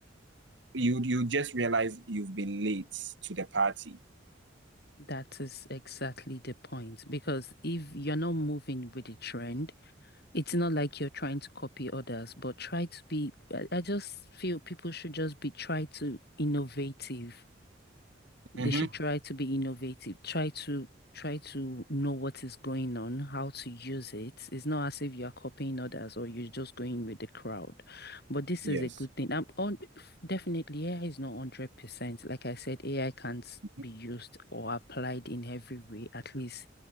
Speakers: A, on the right (about 65°); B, on the left (about 55°).
A: you you just realize you've been late to the party.
B: That is exactly the point. Because if you're not moving with the trend, It's not like you're trying to copy others, but try to be. I, I just feel people should just be try to innovative.
A: Mm-hmm.
B: They should try to be innovative. Try to try to know what is going on, how to use it. It's not as if you are copying others or you're just going with the crowd. But this
A: Yes.
B: is a good thing. I'm on definitely AI is not 100%. Like I said, AI can't
A: Mhm.
B: be used or applied in every way, at least